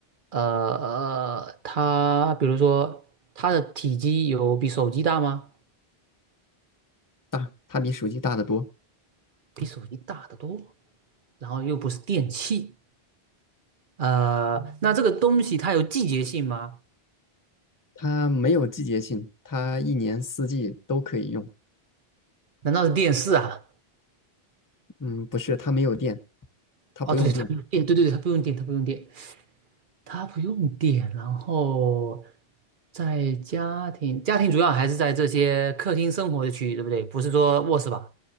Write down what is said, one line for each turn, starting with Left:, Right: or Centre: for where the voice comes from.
Right: 呃，呃它比如说它的体积有比手机大吗？
Left: 大，它比手机大得多，
Right: 比手机大得多，然后又不是电器，呃，那这个东西它有季节性吗？
Left: 它没有季节性，它一年四季都可以用，
Right: 难道是电视啊？
Left: 嗯，不是，它没有电，它不用电，
Right: 哦，对对，它不用电，对对对，它不用电，它不用电，它不用电。然后在家庭，家庭主要还是在这些客厅生活的区域，对不对？不是说卧室吧？